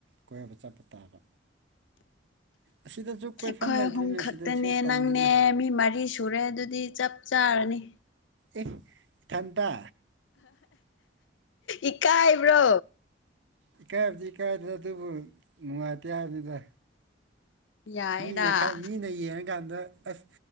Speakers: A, on the right; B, on the left.
A: ꯀꯣꯏꯕ ꯆꯠꯄ ꯇꯥꯕ ꯑꯁꯤꯗꯁꯨ ꯀꯣꯏꯐꯝ
B: ꯑꯩꯈꯣꯏ
A: ꯂꯩꯇ꯭ꯔꯤꯅꯦ
B: ꯑꯍꯨꯝ ꯈꯛꯇꯅꯦ
A: ꯁꯤꯗꯁꯨ ꯇꯜꯂꯤꯅꯦ
B: ꯅꯪꯅꯦ ꯃꯤ ꯃꯔꯤ ꯁꯨꯔꯦ ꯑꯗꯨꯗꯤ ꯆꯞ ꯆꯥꯔꯅꯤ
A: ꯑꯦ ꯏꯊꯟꯇ
B: ꯏꯀꯥꯏꯕ꯭ꯔꯣ
A: ꯏꯀꯥꯏꯕꯗꯤ ꯏꯀꯥꯏꯗꯦ ꯑꯗꯨꯕꯨ ꯅꯨꯡꯉꯥꯏꯇꯦ ꯍꯥꯏꯕꯅꯤꯗ
B: ꯌꯥꯏꯗ
A: ꯃꯤꯅ
B: ꯑꯩꯈꯣꯏ
A: ꯃꯤꯅ ꯌꯦꯡꯉꯥꯀꯥꯟꯗ ꯑꯁ